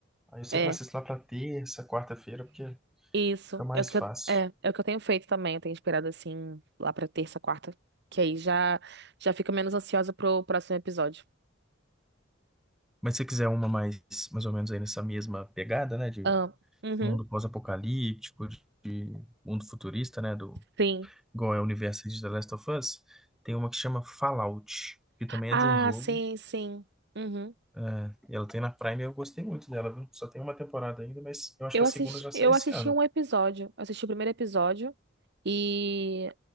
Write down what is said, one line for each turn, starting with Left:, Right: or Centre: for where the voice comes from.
Centre: Aí eu sempre
Right: É,
Centre: assisto lá pra terça, quarta-feira, porque
Right: isso.
Centre: fica mais
Right: É o que
Centre: fácil.
Right: eu, é, é o que eu tenho feito também. Eu tenho esperado assim lá pra terça, quarta, que aí já já fico menos ansiosa pro próximo episódio.
Centre: Mas se você quiser uma mais, mais ou menos aí nessa mesma pegada, né? De
Right: Ah, uhum,
Centre: mundo pós-apocalíptico, de mundo futurista, né? Do,
Right: sim.
Centre: igual é o universo de The Last of Us, tem uma que chama Fallout, que também
Right: Ah,
Centre: é de um jogo.
Right: sim, sim. Uhum.
Centre: é, e ela tem na Prime e eu gostei muito dela, viu? Só tem uma temporada ainda, mas eu acho
Right: Eu
Centre: que a
Right: assisti,
Centre: segunda já sai
Right: eu
Centre: esse
Right: assisti
Centre: ano.
Right: um episódio. Eu assisti o primeiro episódio e